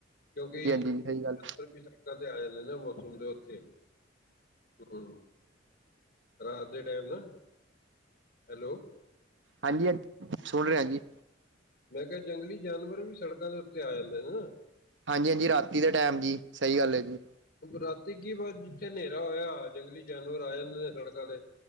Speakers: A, on the left; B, on the right.
A: ਕਿਉਂਕਿ।
B: ਹਾਂਜੀ ਹਾਂਜੀ ਜੀ ਸਹੀ ਗੱਲ
A: ਤੇ ਆ ਜਾਂਦੇ ਨਾ ਮੌਸਮ ਦੇ ਉੱਥੇ, ਹਮ। ਰਾਤ ਦੇ ਟਾਈਮ ਨਾ, ਹੈਲੋ।
B: ਹਾਂਜੀ ਹਾਂਜੀ, ਹਾਂ ਸੁਣ ਰਿਹਾ ਜੀ।
A: ਮੈਂ ਕਿਹਾ ਜੰਗਲੀ ਜਾਨਵਰ ਵੀ, ਸੜਕਾਂ ਦੇ ਉੱਤੇ ਆ ਜਾਂਦੇ ਨੇ ਨਾ।
B: ਹਾਂਜੀ -ਹਾਂਜੀ, ਰਾਤੀ ਦੇ ਟਾਈਮ ਦਿ ਸਹੀ ਗੱਲ ਹੈ ਜੀ।
A: ਰਾਤੀ ਕੀ ਬਸ ਜਿੱਥੇ ਹਨੇਰਾ ਹੋਇਆ ਜੰਗਲੀ ਜਾਨਵਰ ਆ ਜਾਂਦੇ ਨੇ ਸੜਕਾਂ ਤੇ।